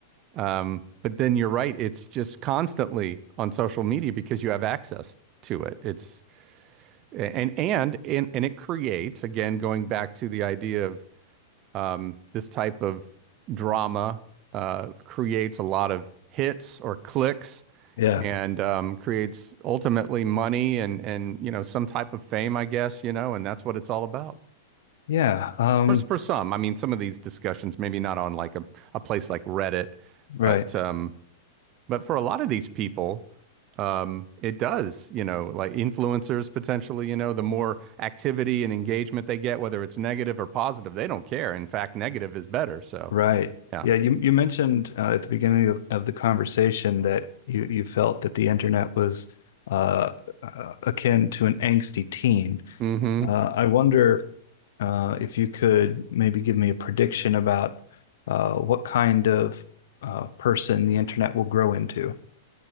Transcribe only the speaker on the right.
Um, but then you're right, it's just constantly on social media because you have access to it. It's and and and and it creates again going back to the idea of um, this type of drama uh, creates a lot of hits or clicks
and um, creates ultimately money and and you know some type of fame I guess you know and that's what it's all about
for for some I mean some of these discussions maybe not on like a, a place like Reddit
but um, but for a lot of these people, um, it does, you know, like influencers potentially, you know, the more activity and engagement they get, whether it's negative or positive, they don't care. In fact, negative is better. So,
yeah.
hmm